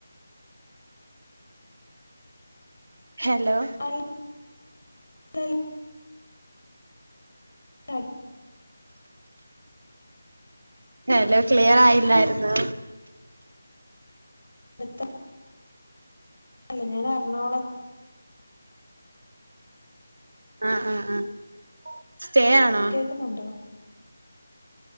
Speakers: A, on the right; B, on the left.
A: ഹെലോ
B: അൽ ലൽ <unintelligible>
A: ഹെലോ ക്ലിയറായില്ലായിര്ന്നോ
B: ട്ത്തൊ അല്ല ഞാനെർണാകുള
A: ആഹ് ആഹ് ആഹ് സ്റ്റേ ആണോ?
B: ക്കുന്നുണ്ടോ?